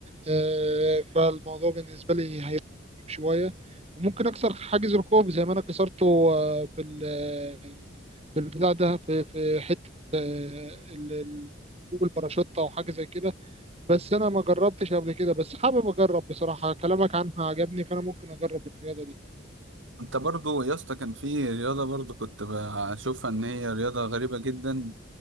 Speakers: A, on the right; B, on the right.
A: آه، فالموضوع بالنسبه لي هيبقى مخيف شويه وممكن اكسر حاجز الخوف زي ما انا كسرته آه، في ال- في البتاع ده في في حته آه، ال- ال- جوجل باراشوت او حاجه زي كده بس انا ما جربتش قبل كده بس حابب اجرب بصراحه كلامك عنها عجبني فانا ممكن اجرب الرياضه دي
B: انت برضو يا اسطى كان في رياضة برضو كنت بشوفها ان هي رياضة غريبة جدا